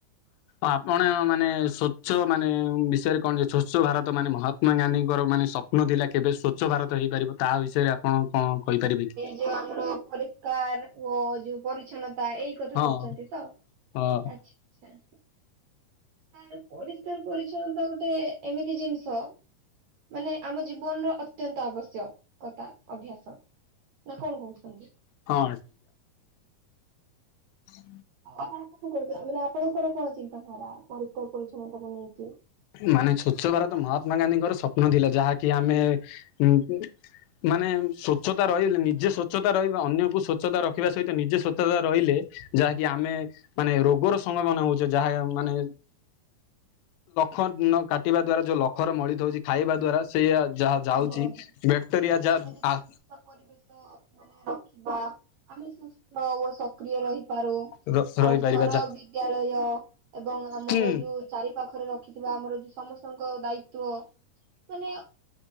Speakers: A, on the left; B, on the right.
A: ଆପଣ ମାନେ ସ୍ୱଚ୍ଛ ମାନେ ବିଷୟରେ କଣ ଯେ ସ୍ଵଚ୍ଛ ଭାରତ ମାନେ ମହାତ୍ମା ଗାନ୍ଧୀଙ୍କର ମାନେ ସ୍ ସ୍ଵପ୍ନ ଥିଲା କେବେ ସ୍ଵଚ୍ଛ ଭାରତ ହେଇପାରିବ, ତାହା ବିଷୟରେ ଆପଣ କଣ କହିପାରିବେ କି?
B: ଏ ଯୋଉ ଆମର ପରିଷ୍କାର ଓ ଯୋଉ ପରିଚ୍ଛନ୍ନତା ଏଇ କଥା
A: ହଁ
B: କହୁଛନ୍ତି ତ ଆଚ୍ଛା
A: ହଁ।
B: ଆଚ୍ଛା। ଆ ପରିଷ୍କାର ପରିଚ୍ଛନ୍ନତା ଗୋଟେ ଏମିତି ଜିନିଷ ମାନେ ଆମ ଜୀବନର ଅତ୍ୟନ୍ତ ଆବଶ୍ୟକତା ଅଭ୍ୟାସ। ନା କଣ କହୁଛନ୍ତି?
A: ହଁ ହ
B: ଆପଣ କଣ କର ମାନେ, ଆପଣଙ୍କର କଣ ଚିନ୍ତାଧାରା ପରିଷ୍କାର ପରିଚଛନ୍ନତାକୁ ନେଇକି?
A: ମାନେ ସ୍ଵଚ୍ଛ ଭାରତ ମହାତ୍ମାଗାନ୍ଧୀଙ୍କର ସ୍ୱପ୍ନ ଥିଲା ଯାହାକି ଆମେ ଉ ମାନେ ସ୍ୱଚ୍ଛତା ରହିଲେ ନିଜେ ସ୍ୱଚ୍ଛତା ରହିବେ ଅନ୍ୟକୁ ସ୍ୱଚ୍ଛତା ରଖିବା ସହିତ, ନିଜେ ସ୍ୱଚ୍ଛତା ରହିଲେ ଯାହାକି ଆମେ ମାନେ ରୋଗର ସଂଭାବନ ହଉଛେ ଯାହା ମାନେ ଖ ନ କଟିବା ଦ୍ଵାରା ଯୋଉ ଲଖର ମଳିି ଧଉଛି। ଖାଇବା ଦ୍ଵାରା ସେୟା ଯା ଯାଉଛି
B: ଆଜ୍ଞା ଆଜ୍ଞା
A: ବ୍ୟାକ୍ଟେରିଆ
B: ମାନେ
A: ଯା
B: ଆମେ ଯଦି
A: ଆ
B: ସୁସ୍ଥ ପରିବେଶ ମାନେ ର ଖିବା ଆମେ ସୁସ୍ଥ ଓ ସକ୍ରିୟ ରହି ପାରୁ
A: ରହିପାରିବା
B: ଆଉ ଘର
A: ଯା
B: ବିଦ୍ୟାଳୟ ଏବଂ ଆମର
A: ହୁଁ
B: ଯୋଉ ଚାରି ପାଖରେ ରଖିଥିବା ଆମର ଯୋଉ ସମସ୍ତଙ୍କ ଦାୟିତ୍ବ ମାନେ ଅ